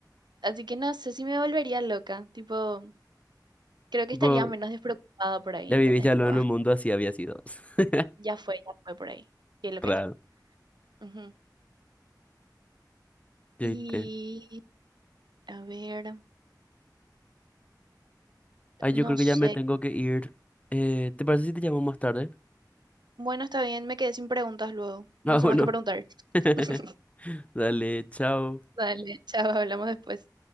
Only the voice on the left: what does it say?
Tipo,
ya
vivís ya
lo en
un mundo así había sido. <laughs>
Raro.
¿Ya
viste?
Ay,
yo creo
que ya me tengo que ir. Eh, ¿te parece si te llamo más tarde?
Ah,
bueno.
<laughs>
Dale, chao.